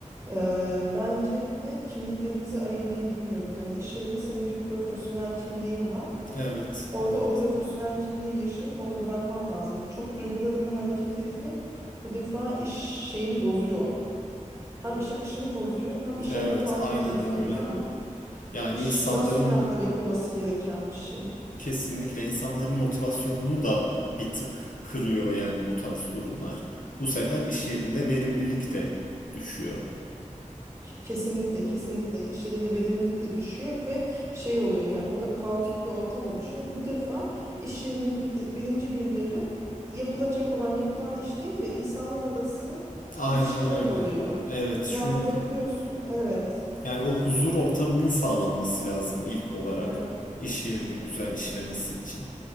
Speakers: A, on the right; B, on the left.
A: Ee, bence kimliklerimizi ayırmayı bilmiyoruz. Yani iş yerinde senin bir profesyonel kimliğin var.
B: evet,
A: Orada
B: evet.
A: o profesyonel kimliği yaşayıp onu bırakman lazım. Çok duygularınla hareket etmek bu defa iş şeyini bozuyor. Hem iş akışını bozuyor, hem iş
B: Evet,
A: yapma tarzını
B: aynen
A: etkiliyor
B: öyle.
A: ama
B: Yani
A: iş
B: insanların
A: rasyonel yapılması gereken bir şey.
B: Kesinlikle insanların motivasyonunu da bir tık kırıyor yani bu tarz durumlar. Bu sefer iş yerinde verimlilik de düşüyor.
A: Ke- Kesinlikle kesinlikle işlerinde verimlilik de düşüyor ve şey oluyor yani orada kaotik bir ortam oluşuyor. Bu defa iş yerinin bir birinci gündemi yapılacak olan yapılan iş değil de insanlar arası
B: Aynen
A: ilişkiler
B: öyle.
A: oluyor.
B: Evet çünkü
A: Yani bakıyorsun evet
B: yani o huzur ortamının sağlanması lazım ilk olarak
A: evet
B: iş yerinin güzel işlemesi için.